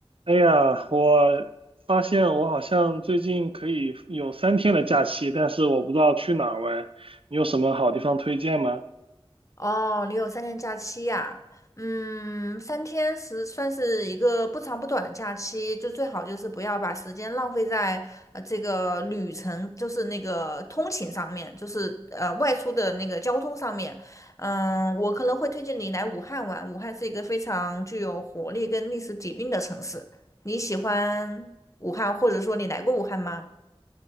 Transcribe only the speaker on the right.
哎呀，我发现我好像最近可以有三天的假期，但是我不知道去哪儿玩。你有什么好地方推荐吗？